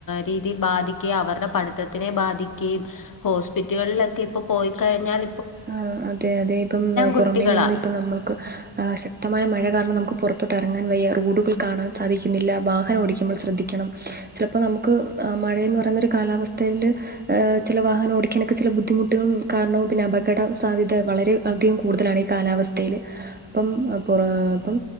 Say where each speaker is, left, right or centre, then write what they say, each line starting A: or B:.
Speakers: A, on the left; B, on the right.
A: രീതിയിൽ ബാധിക്ക്യ അവരുടെ പഠിത്തത്തിനെ ബാധിക്കുകയും ഹോസ്പിറ്റ്കളിലൊക്കെ ഇപ്പൊ പോയിക്കഴിഞ്ഞാൽ
B: ആഹ് അതെ അതെ ഇപ്പം പുറമേ
A: കുട്ടികളാ
B: നിന്ന് ഇപ്പ നമ്മൾക്ക് ആഹ് ശക്തമായ മഴ കാരണം നമുക്ക് പൊറത്തോട്ട് ഇറങ്ങാൻ വയ്യ റോഡുകൾ കാണാൻ സാധിക്കുന്നില്ല വാഹനം ഓടിക്കുമ്പോൾ ശ്രദ്ധിക്കണം ചെലപ്പോ നമുക്ക് അഹ് മഴയെന്നു പറയുന്നൊരു കാലാവസ്ഥയില് ഏഹ് ചെല വാഹനം ഓടിക്കാനൊക്കെ ചെല ബുദ്ധിമുട്ടുകൾ കാരണം പിന്ന അപകട സാധ്യത വളരെ അധികം കൂടുതലാണ് ഈ കാ കാലാവസ്ഥയില് അപ്പം ആഹ് പൊറാ അപ്പം